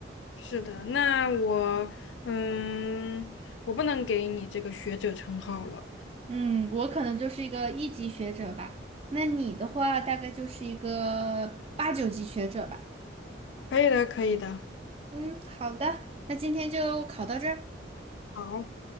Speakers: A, on the left; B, on the right.
A: 是的，那我，嗯，我不能给你这个学者称号了。
B: 嗯，我可能就是一个一级学者吧，那你的话大概就是一个八九级学者吧。
A: 可以的，可以的。
B: 嗯，好的，那今天就考到这儿。
A: 好，